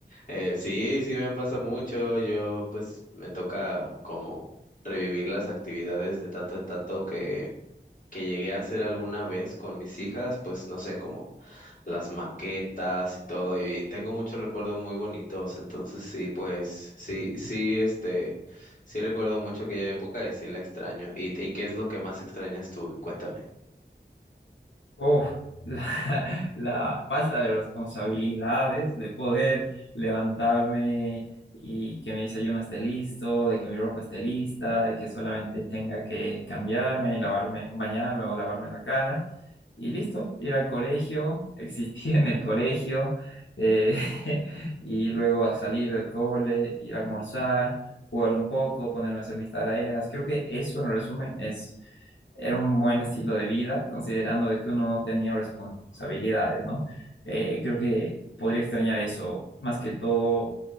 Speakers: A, on the left; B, on the left.
A: Eh, sí, sí me pasa mucho, yo pues me toca como revivir las actividades de tanto en tanto que, que llegué a hacer alguna vez con mis hijas, pues no sé, como las maquetas y todo, y tengo muchos recuerdos muy bonitos, entonces sí, pues sí, sí, este, sí recuerdo mucho aquella época y sí la extraño. ¿Y, y qué es lo que más extrañas tú? Cuéntame.
B: Uf, la, <laughs> la falta de responsabilidades, de poder levantarme y que mi desayuno esté listo, de que mi ropa esté lista, de que solamente tenga que cambiarme y lavarme, bañarme o lavarme la cara. Y listo, ir al colegio, <laughs> existir en el colegio, eh, <laughs> y luego a salir del cole, ir a almorzar, jugar un poco, ponerme a hacer mis tareas. Creo que eso en resumen es era un buen estilo de vida, considerando de que uno no tenía responsabilidades, ¿no? Eh, creo que podría extrañar eso, más que todo